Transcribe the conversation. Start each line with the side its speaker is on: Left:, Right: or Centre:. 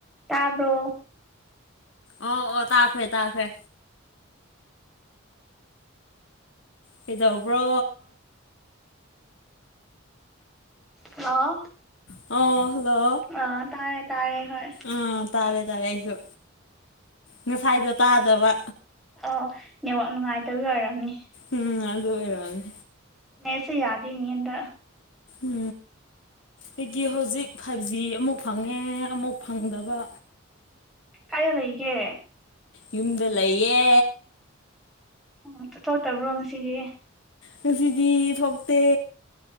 Centre: ꯇꯥꯕ꯭ꯔꯣ
Left: ꯑꯣ ꯑꯣ ꯇꯥꯈ꯭ꯔꯦ ꯇꯥꯈ꯭ꯔꯦ ꯀꯩꯗꯧꯕ꯭ꯔꯣ
Centre: ꯍꯜꯂꯣ
Left: ꯑꯣ ꯍꯜꯂꯣ
Centre: ꯑ ꯇꯥꯔꯦ ꯇꯥꯔꯦ ꯍꯣꯏ
Left: ꯑꯥ ꯇꯥꯔꯦ ꯇꯥꯔꯦ ꯑꯩꯁꯨ ꯉꯁꯥꯏꯗꯣ ꯇꯥꯗꯕ
Centre: ꯑꯣ ꯅꯦꯠꯋꯥꯛ ꯅꯨꯡꯉꯥꯏꯇꯕꯩ ꯑꯣꯏꯔꯝꯅꯤ
Left: ꯎꯝ ꯑꯗꯨ ꯑꯣꯏꯔꯅꯦ
Centre: ꯅꯦꯠꯁꯦ ꯌꯥꯗꯦꯅꯦ ꯍꯟꯇꯛ
Left: ꯎ ꯑꯩꯒꯤ ꯍꯧꯖꯤꯛ ꯐꯥꯏꯚ ꯖꯤ ꯑꯃꯨꯛ ꯐꯪꯉꯦ ꯑꯃꯨꯛ ꯐꯪꯗꯕ
Centre: ꯀꯥꯏꯗ ꯂꯩꯒꯦ
Left: ꯌꯨꯝꯗ ꯂꯩꯌꯦ
Centre: ꯑꯣ ꯆꯠꯊꯣꯛꯇꯕ꯭ꯔꯣ ꯉꯁꯤꯗꯤ
Left: ꯉꯁꯤꯗꯤ ꯊꯣꯛꯇꯦ